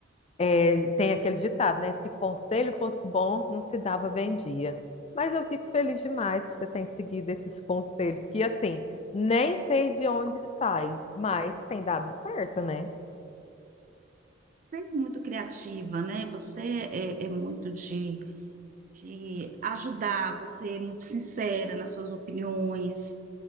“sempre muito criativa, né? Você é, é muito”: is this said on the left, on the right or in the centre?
Right